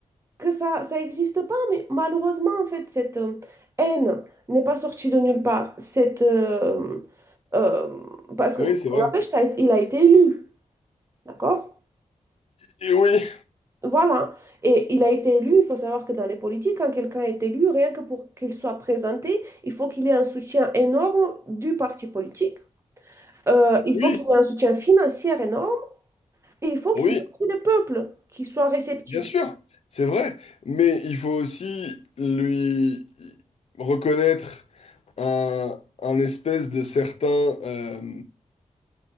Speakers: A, on the right; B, on the left.
A: que ça, ça n'existe pas, mais malheureusement, en fait, cette euh, haine n'est pas sortie de nulle part. Cette, euh, euh, parce que
B: Oui,
A: N'empêche,
B: c'est vrai.
A: ça a- il a été élu, d'accord?
B: Et oui,
A: Voilà. Et il a été élu. Il faut savoir que dans les politiques, quand quelqu'un est élu, rien que pour qu'il soit présenté, il faut qu'il ait un soutien énorme du parti politique. Euh, il
B: oui,
A: faut qu'il ait un soutien financier énorme et il faut
B: oui,
A: qu'il y ait aussi le peuple qui soit réceptif.
B: bien sûr, c'est vrai. Mais il faut aussi lui reconnaître un, un espèce de certain, euh,